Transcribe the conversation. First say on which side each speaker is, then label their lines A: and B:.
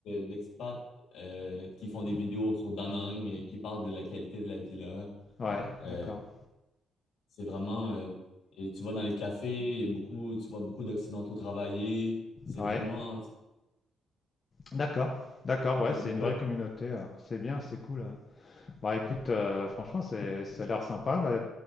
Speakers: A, on the left; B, on the left.
A: d'expats euh, qui font des vidéos sur Da Nang, euh, qui parlent de la qualité de la vie là.
B: ouais,
A: Euh,
B: d'accord.
A: c'est vraiment... euh, et tu vas dans les cafés, il y a beaucoup, tu vois beaucoup d'Occidentaux travailler. C'est
B: Ouais.
A: vraiment... ça
B: D'accord, d'accord,
A: me
B: ouais,
A: plaît
B: c'est
A: beaucoup
B: une vraie
A: à-
B: communauté. euh, C'est bien, c'est cool. euh. Bah écoute, euh, franchement, c'est, ça a l'air sympa. Bah,